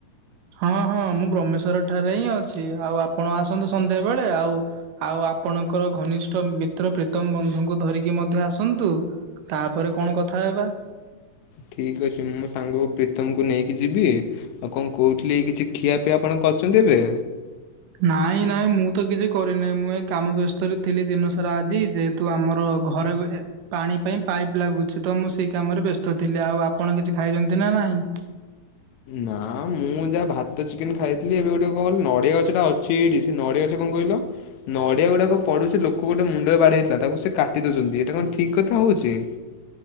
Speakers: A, on the right; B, on the left.
A: ହଁ ହଁ ମୁଁ ବ୍ରହ୍ମେଶ୍ଵର ଠାରେ ହିଁ ଅଛି। ଆଉ ଆପଣ ଆସନ୍ତୁ ସନ୍ଧ୍ୟାବେଳେ ଆଉ। ଆଉ ଆପଣଙ୍କର ଘନିଷ୍ଠ ମିତ୍ର ପ୍ରୀତମ୍ ବନ୍ଧୁଙ୍କୁ ଧରିକି ମଧ୍ୟ ଆସନ୍ତୁ। ତାପରେ କଣ କଥା ହେବା?
B: ଠିକ୍ ଅଛି ମୁଁ ସାଙ୍ଗକୁ ପ୍ରୀତମ୍ କୁ ନେଇକି ଯିବି। ଆଉ କଣ କହୁଥିଲି କିଛି ଖିଆ ପିଆ ଆପଣ କରଛନ୍ତି ଏବେ।
A: ନାଇଁ ନାଇଁ ମୁଁ ତ କିଛି କରିନାହିଁ। ମୁଁ ଏଇ କାମ ବ୍ୟସ୍ତରେ ଥିଲି ଦିନସାରା ଆଜି। ଜେ ତୁ ଆମର ଘରେ ଗୁ ଏ ପାଣି ପାଇଁ ପାଇପ୍ ଲାଗୁଛି ତ ମୁଁ ସେଇ କାମରେ ବ୍ୟସ୍ତ ଥିଲି ଆଉ ଆପଣ କିଛି ଖାଇଛନ୍ତି ନା ନାହିଁ।
B: ନା ମୁଁ ଯାହା ଭାତ ଚିକେନ ଖାଇଥିଲି। ଏବେ ଗୋଟେ କଣ କହିଲୁ ନଡ଼ିଆ ଗଛ ଟା ଅଛି ହେଇଟି ସେ ନଡ଼ିଆ ଜ କଣ କହିଲ ନଡ଼ିଆ ଗୁଡ଼ାକ ପଡୁଛି ଲୋକ ଗୋଟେ ମୁଣ୍ଡ ରେ ବାଡ଼େଇ ହେଇଥିଲା। ତାକୁ ସେ କାଟି ଦୋଉଛନ୍ତି। ଏଟା କଣ ଠିକ୍ କଥା ହୋଉଚି?